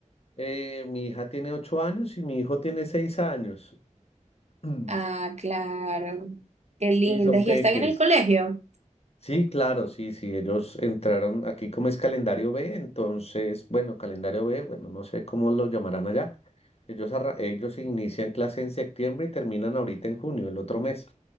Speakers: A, on the left (about 50°); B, on the right (about 55°).
A: Eh, mi hija tiene ocho años y mi hijo tiene seis años. <clears throat>
B: Ah, claro. Qué lindas.
A: Sí, son peques.
B: ¿Y están en el colegio?
A: Sí, claro, sí, sí, ellos entraron aquí como es calendario B, entonces, bueno, calendario B, bueno, no sé cómo lo llamarán allá. Ellos, arra- ellos inician clase en septiembre y terminan ahorita en junio, el otro mes.